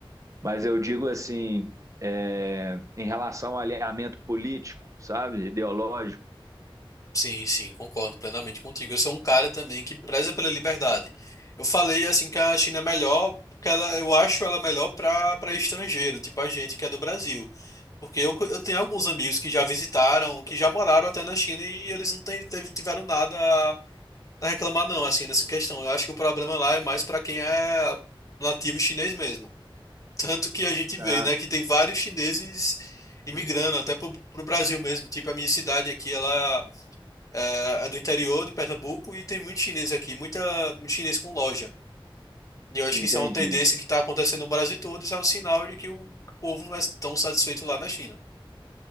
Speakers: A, on the right; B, on the left.
A: Mas eu digo assim, é, em relação ao alinhamento político, sabe? Ideológico.
B: Sim, sim, concordo plenamente contigo. Eu sou um cara também que preza pela liberdade. Eu falei assim que a China é melhor porque ela, eu acho ela melhor para para estrangeiro, tipo a gente que é do Brasil. Porque eu, eu tenho alguns amigos que já visitaram, que já moraram até na China e eles não tem- teve- tiveram nada a a reclamar, não, assim, nessa questão. Eu acho que o problema lá é mais para quem é nativo chinês mesmo. <laughs> Tanto que a gente
A: Tá?
B: vê, né, que tem vários chineses imigrando até pro, pro Brasil mesmo. Tipo, a minha cidade aqui, ela é, é do interior de Pernambuco e tem muito chinês aqui, muita, muito chinês com loja. E eu acho
A: Entendi.
B: que isso é uma tendência que está acontecendo no Brasil todo, isso é um sinal de que o povo não é tão satisfeito lá na China,